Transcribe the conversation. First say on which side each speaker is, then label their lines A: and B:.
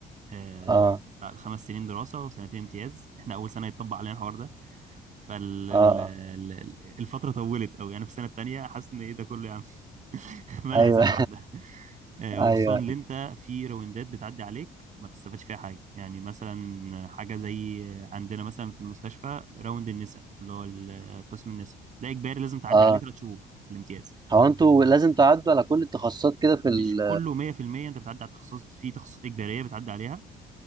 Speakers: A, on the right; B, on the right.
A: آه،
B: اه
A: بعد خمس سنين دراسه وسنتين امتياز احنا اول سنه يتطبق علينا الحوار ده فالفتره
B: اه اه
A: طولت قوي انا في السنه الثانيه حاسس ان ايه ده كله يا عم <laughs> مالها
B: ايوه
A: سنه واحده آه،
B: <laughs>
A: وخصوصا
B: ايوه
A: اللي انت في روندات بتعدي عليك ما بتستفادش فيها حاجه يعني مثلا حاجه زي عندنا مثلا في المستشفى راوند النساء اللي هو ال- قسم النساء ده اجباري لازم تعدي
B: اه
A: عليه ثلاث شهور في الامتياز
B: هو انتوا لازم تعدوا على كل التخصصات كده في ال
A: مش كله 100% انت بتعدي على التخصص في تخصصات اجباريه بتعدي عليها